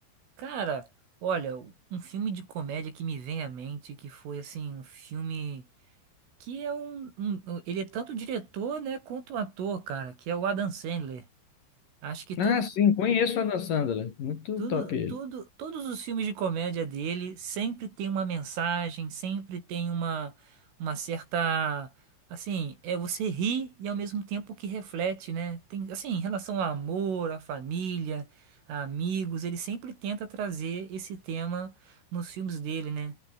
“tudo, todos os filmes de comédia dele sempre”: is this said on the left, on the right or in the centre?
Right